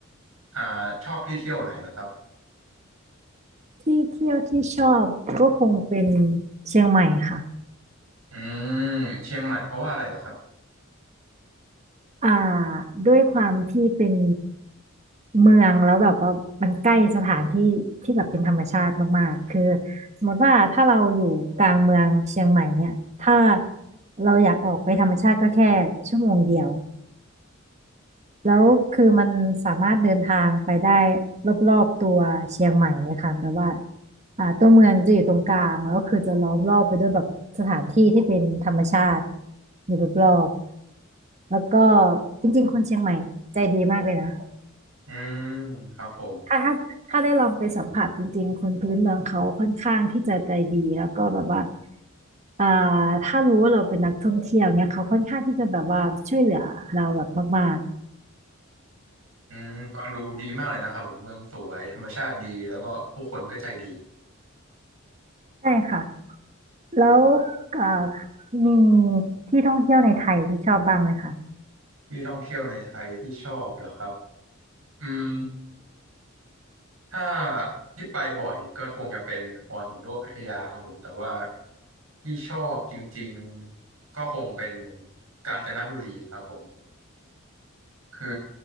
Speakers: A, on the right; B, on the right.
A: อ่าชอบที่เที่ยวไหนเหรอครับ
B: ๆที่เที่ยวที่ชอบก็คงเป็นเชียงใหม่ค่ะ
A: อืมเชียงใหม่เพราะว่าอะไรเหรอครับ
B: อ่าด้วยความที่เป็น เมืองแล้วแบบว่ามันใกล้สถานที่ที่แบบเป็นธรรมชาติมากๆคือสมมติว่าถ้าเราอยู่กลางเมืองเชียงใหม่เนี่ยถ้าเราอยากออกไปธรรมชาติก็แค่ชั่วโมงเดียว แล้วคือมันสามารถเดินทางไปได้
A: อืม
B: รอบๆตัวเชียงใหม่เลยค่ะแบบว่าอ่าตัวเมืองจะอยู่ตรงกลางแล้วคือจะล้อมรอบไปด้วยแบบสถานที่ที่เป็นธรรมชาติอยู่รอบๆแล้วก็จริงๆคนเชียงใหม่ใจดีมากเลยนะ
A: อืมครับผม
B: ถ้าถ้าถ้าได้ลองไปสัมผัสจริงๆคนพื้นเมืองเขาค่อนข้างที่จะใจดีแล้วก็แบบว่าอ่าถ้ารู้ว่าเราเป็นนักท่องเที่ยวเนี่ยเขาค่อนข้างที่จะแบบว่าช่วยเหลือเราแบบมาก
A: อืมฟังดูดีมากเลยนะครับผมเมืองสวยธรรมชาติดีแล้วก็ผู้คนก็ใจดี
B: ๆใช่ค่ะแล้วเอ่อมีที่ท่องเที่ยวในไทยที่ชอบบ้างไหมคะ
A: ที่ท่องเที่ยวในไทยที่ชอบเหรอครับอืม ถ้าที่ไปบ่อยก็คงจะเป็นหัวหินหรือว่าพัทยาครับผมแต่ว่าที่ชอบจริงๆก็คงเป็นกาญจนบุรีครับผมคือ